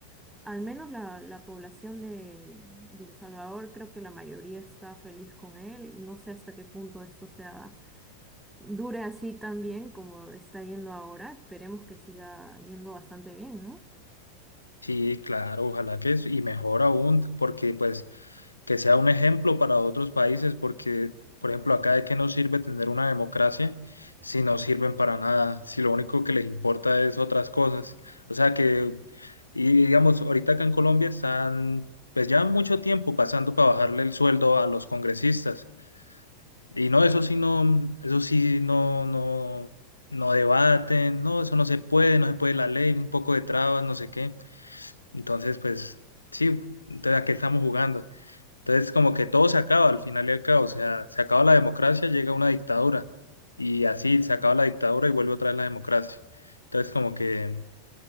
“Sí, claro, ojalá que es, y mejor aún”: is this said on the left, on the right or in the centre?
Left